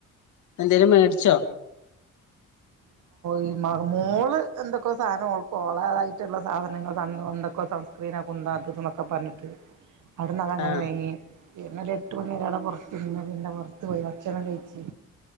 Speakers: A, on the left (about 75°); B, on the right (about 80°).
A: എന്തേലും മേടിച്ചോ
B: ഈ മോ മോള് എന്തൊക്ക സാധനം ഓൾക്ക് ഓളതായിട്ടുള്ള സാധനങ്ങൾ സൺ എന്തൊക്കോ സൺസ്ക്രീനോ കുന്തോ അതു ഇതുന്നൊക്കെ പറഞ്ഞിറ്റ് അവിടുന്ന് അതങ്ങനെ
A: ആഹ്
B: വേങ്ങി പിന്നെ ഒരു എട്ട് മണി വരെ അവിടെ പുറത്തിരുന്ന് പിന്നെ പുറത്തു പോയി ഭക്ഷണം കഴിച്ച്